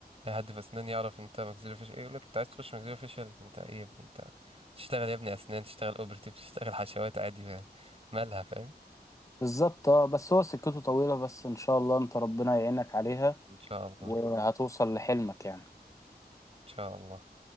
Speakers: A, on the right (about 35°); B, on the left (about 20°).
A: اي حد في اسنان يعرف انت ماكسيلو فيش ايه يقول لك انت عايز تخش ماكسيلو فيشل انت ايه يا ابني انت تشتغل يا ابني اسنان تشتغل اوبرتيف تشتغل حشوات عادي مالها فاهم
B: بالظبط اه بس هو سكته طويلة بس ان شاء الله انت ربنا يعينك عليها
A: ان شاء الله
B: وهتوصل
A: ان
B: لحلمك يعني
A: شاء الله